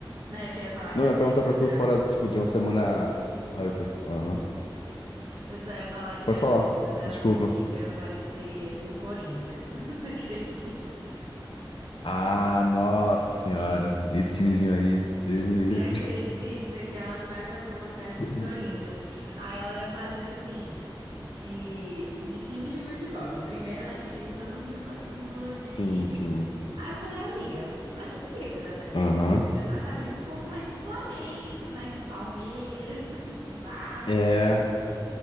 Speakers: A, on the right; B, on the left.
A: Não, é que eu ia falar que
B: Não,
A: a
B: eu
A: festa
B: ia perguntar pra tu
A: da...
B: fora, tipo, de uma semana. Ah, Oi, pode falar. Aham.
A: Eu só ia falar que
B: Pode
A: a
B: falar.
A: festa da
B: Desculpa.
A: minha amiga vai ser do Corinthians. <laughs> Não acredito.
B: Ah, nossa senhora. Esse timezinho aí, Deus me livre.
A: Você acredita que ela vai fazer uma festa
B: <laughs>
A: do Corinthians? Aí ela ia fazer assim, de, de times de futebol. Ela, primeiro ela queria que todo mundo fosse com blusa de
B: Sim,
A: time.
B: sim.
A: Aí eu falei, amiga, mas você não queria fazer uma festa
B: Aham.
A: do Corinthians? Você tá sabendo que o povo vai de Flamengo, né? De Palmeiras, <laughs> de Vasco.
B: É.